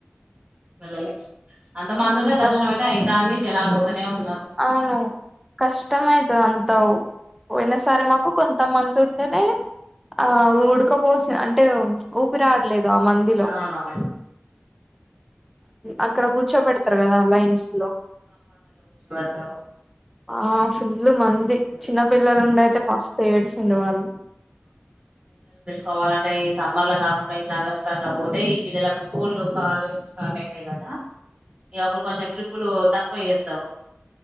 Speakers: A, on the right; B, in the centre.
A: వెళ్లలే అంతమందునే
B: అంత
A: దర్శనం
B: మ
A: అయితే అయితాంది జనాలు పోతూనే ఉన్నా
B: అవును కష్టమైతది అంటావ్ పోయినసారి మాకు కొంతమంది తుంటనే ఆ ఉడకపోసి అంటే ఊపిరి ఆడలేదు దా మందిలో
A: అవునవును
B: అక్కడ కూర్చోబెడతారు కదా లైన్స్ లో
A: టారు
B: ఆ ఫుల్ మంది చిన్న పిల్లలు ఉండి అయితే మస్తు ఏడ్చిల్లు వాళ్ళు
A: కావాలంటే ఈ సమ్మర్ల కాకుండా ఇట్లా ఆగస్టు అట్లా పోతే ఈ పిల్లలకు స్కూళ్లు కాలేజ్ స్టార్ట్ అయితాయి కదా ఇగ అప్పుడు కొంచెం ట్రిప్పులు తక్కువ చేస్తారు